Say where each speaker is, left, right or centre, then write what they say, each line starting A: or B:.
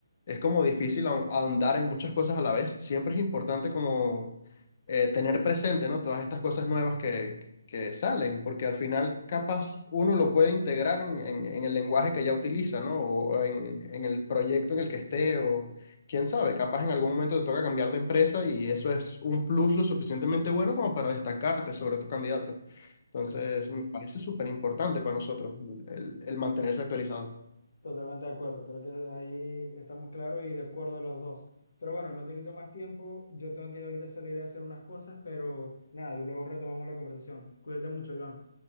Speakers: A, on the left (about 30°); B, on the left (about 50°).
A: es como difícil ahon- ahondar en muchas cosas a la vez. Siempre es importante como... eh, tener presente, ¿no? Todas estas cosas nuevas que, que salen, porque al final capaz uno lo puede integrar en, en- en el lenguaje que ya utiliza, ¿no? O en, en el proyecto en el que esté, o quién sabe, capaz en algún momento te toca cambiar de empresa y eso es un plus lo suficientemente bueno como para destacarte sobre tu candidato. Entonces,
B: Total.
A: me parece súper importante para nosotros el el- el mantenerse actualizado.
B: Totalmente de acuerdo, creo que ahí estamos claros y de acuerdo los dos. Pero bueno, no te quito más tiempo, yo tengo que ahorita salir a hacer unas cosas, pero nada, y luego retomamos la conversación. Cuídate mucho, Iván.